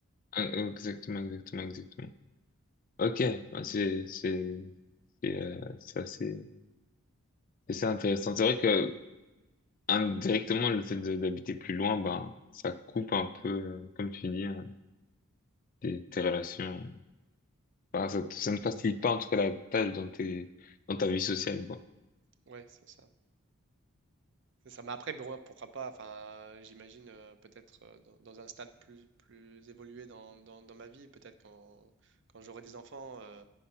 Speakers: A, on the left; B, on the right.
A: Euh, euh, exactement, exactement, exactement. Ok, ouais, c'est c'est c'est euh, c'est assez c'est assez intéressant. C'est vrai que indirectement le fait de- d'habiter plus loin, ben ça coupe un peu, euh, comme tu dis, hein, tes, tes relations. Enfin, ça, te- ça ne facilite pas en tout cas la tâche dans tes dans ta vie sociale, quoi.
B: Ouais, c'est ça. C'est ça. Mais après, bon, pourquoi pas, enfin, j'imagine euh, peut-être euh, dans, dans un stade plus, plus évolué dans, dans- dans ma vie, peut-être quand, quand j'aurai des enfants, euh,